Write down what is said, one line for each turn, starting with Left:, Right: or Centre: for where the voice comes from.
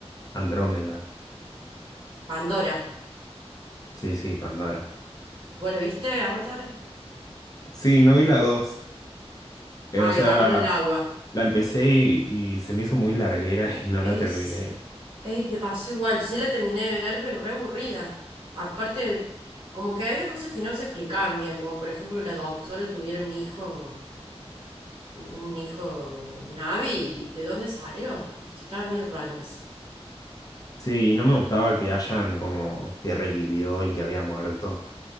Left: Andrómeda.
Right: Pandora.
Left: Sí, sí, Pandora.
Right: ¿Vos lo viste, Avatar?
Left: Sí, no vi la 2. o
Right: Ah,
Left: sea,
Right: El Camino del Agua.
Left: la empecé y, y se me hizo muy larguera y no
Right: Es,
Left: la terminé.
Right: es, me pasó igual, sí la terminé de ver, pero re aburrida. Aparte, como que había cosas que no se explicaban bien, como por ejemplo que la doctora tuviera un hijo, un hijo Navi, ¿de dónde salió? Viste, estaba medio raro eso.
Left: Sí, no me gustaba que hayan como que revivió el que había muerto.